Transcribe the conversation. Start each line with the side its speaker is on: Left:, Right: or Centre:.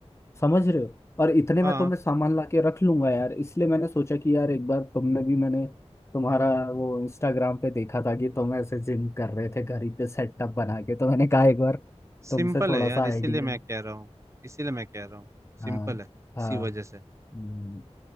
Left: समझ रहे हो और इतने
Right: हाँ
Left: में तो मैं सामान ला के रख लूंगा यार इसलिए मैंने सोचा कि यार एक बार तुमने भी मैंने तुम्हारा वो इंस्टाग्राम पे देखा था कि तुम ऐसे जिम कर रहे थे घर ही पे सेटअप बना के तो मैंने कहा एक बार
Right: सिंपल
Left: तुमसे थोड़ा
Right: है यार
Left: सा आइडिया
Right: इसीलिए मैं कह रहा हूँ इसीलिए मैं कह रहा हूँ
Left: हाँ
Right: सिंपल है
Left: हाँ
Right: इसी वजह से
Left: हम्म,